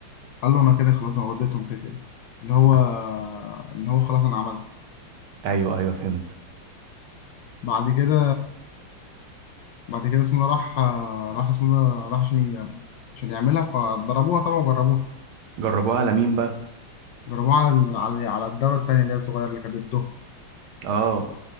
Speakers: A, on the left; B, on the right.
A: قال له انا كده خلاص انا وديتهم كده كده اللي هو آه، ان هو خلاص انا عملت
B: ايوه ايوه فهمت
A: بعد كده بعد كده اسمه ده راح راح اسمه ده راح عشان ي- عشان يعملها فضربوها طبعا وجربوها
B: جربوها على مين بقى
A: جربوها على ال- على على الدولة التانية اللي هي الصغيرة اللي كانت ضده
B: اه